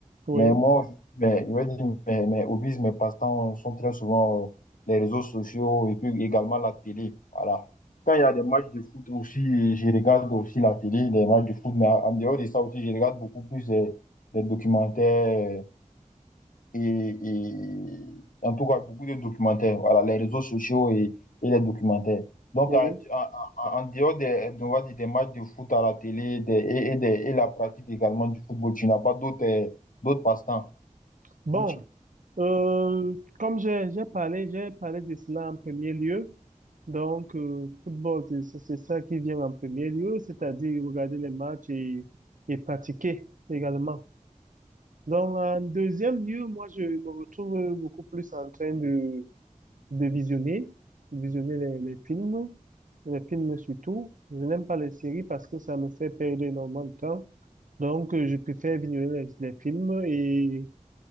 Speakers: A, on the right (about 75°); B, on the left (about 80°).
A: Oui,
B: Mais moi, je- mais, je veux dire, mes, mes hobbies, mes passe-temps sont très souvent euh, les réseaux sociaux et puis également la télé. Voilà. Quand il y a des matchs de foot aussi, je regarde aussi la télé, des matchs de foot, mais en en dehors de ça aussi, je regarde beaucoup plus des, des documentaires et, et en tout cas beaucoup de documentaires. Voilà, les réseaux sociaux et, et les documentaires. Donc,
A: oui.
B: à- à- à- en, dehors des, on va dire des matchs de foot à la télé des- et, et des- et la pratique également du football, tu n'as pas d'autres euh, d'autres passe-temps.
A: Bon,
B: Outil.
A: euh, comme j'ai j'ai parlé, j'ai parlé de cela en premier lieu. Donc, euh, football, c'est c'est- c'est ça qui vient en premier lieu, c'est-à-dire regarder les matchs et, et pratiquer également. Donc, en deuxième lieu, moi, je me retrouve beaucoup plus en train de de visionner, de visionner les, les films, les films surtout. Je n'aime pas les séries parce que ça me fait perdre énormément de temps. Donc, euh, je préfère visionner les, les films et